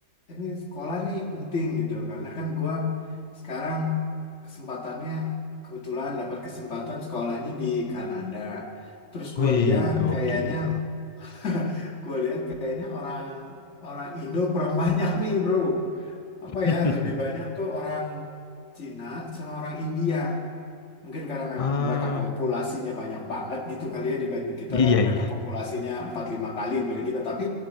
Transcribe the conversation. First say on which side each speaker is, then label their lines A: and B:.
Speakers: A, on the left; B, on the left.
A: ini sekolah nih penting gitu karena kan gue sekarang kesempatannya kebetulan dapat kesempatan sekolahnya di Kanada terus
B: Wih,
A: gue lihat
B: gokil.
A: kayaknya <laughs> gue lihat kayaknya orang orang Indo kurang banyak nih bro apa
B: <laughs>
A: ya lebih banyak tuh orang Cina sama orang India Mungkin karena memang
B: Ah,
A: mereka populasinya banyak banget gitu kali ya dibanding kita
B: iya
A: kan mereka
B: iya.
A: populasinya empat lima kali dibanding kita. Tapi